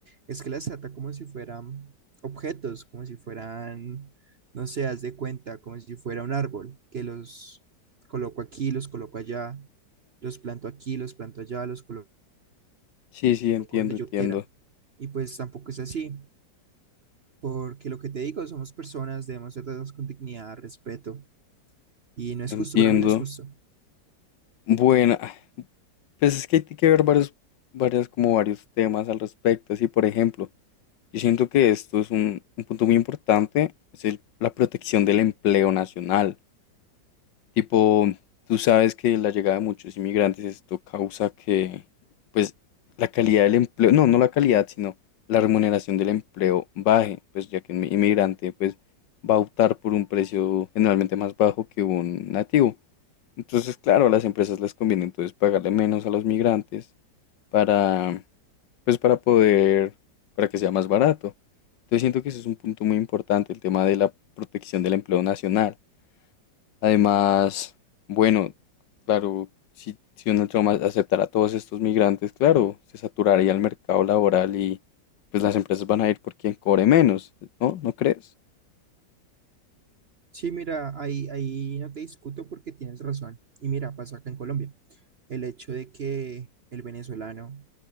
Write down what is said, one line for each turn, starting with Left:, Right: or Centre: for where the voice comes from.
Right: es que las trata como si fueran objetos, como si fueran, no sé, haz de cuenta, como si fuera un árbol, que los coloco aquí, los coloco allá, los planto aquí, los planto allá, los coloco
Left: Sí, sí, entiendo,
Right: donde
Left: entiendo,
Right: yo quiera. Y pues tampoco es así, porque lo que te digo, somos personas, debemos tratarnos con dignidad, respeto, y no es
Left: entiendo.
Right: justo, para mí no es justo.
Left: Bueno, ah, pues es que hay que ver varios, varias, como varios temas al respecto. Así, por ejemplo, yo siento que esto es un, un punto muy importante, es el- la protección del empleo nacional. Tipo, tú sabes que la llegada de muchos inmigrantes, esto causa que, pues, la calidad del empleo, no, no la calidad, sino la remuneración del empleo baje, pues ya que un inmigrante, pues, va a optar por un precio generalmente más bajo que un nativo. Entonces, claro, a las empresas les conviene entonces pagarle menos a los migrantes para, pues, para poder, para que sea más barato. Entonces, siento que ese es un punto muy importante, el tema de la protección del empleo nacional. Además, bueno, claro, si, si Donald Trump a- aceptara a todos estos migrantes, claro, se saturaría el mercado laboral y pues las empresas van a ir por quien cobre menos, ¿no? ¿No crees?
Right: Sí, mira, ahí, ahí no te discuto porque tienes razón. Y mira, pasó acá en Colombia. El hecho de que el venezolano